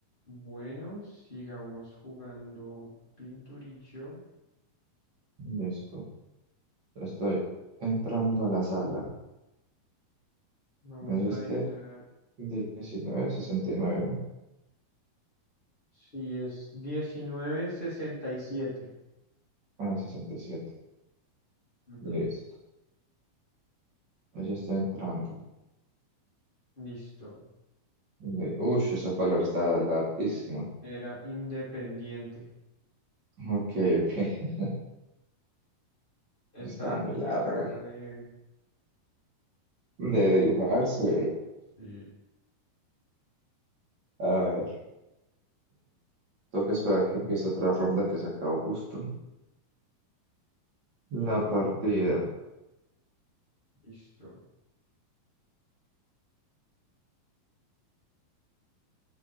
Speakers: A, on the left; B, on the right.
A: Bueno, sigamos jugando pinturillo.
B: Listo. Estoy entrando a la sala.
A: Vamos
B: Me dijiste
A: a adivinar
B: diecinueve sesenta y nueve ¿no?
A: si es 1967.
B: Ah, sesenta y siete
A: Ujú,
B: Listo. Pues Ya estoy entrando.
A: Listo.
B: Le- Uy, esa palabra está larguísima.
A: Era independiente.
B: Ok, ok. <laughs>
A: Estaba
B: Está muy
A: complicada
B: larga.
A: de...
B: De dibujarse.
A: Sí,
B: A ver. Toca esperar que empiece otra ronda que se acabó justo. La partida.
A: listo.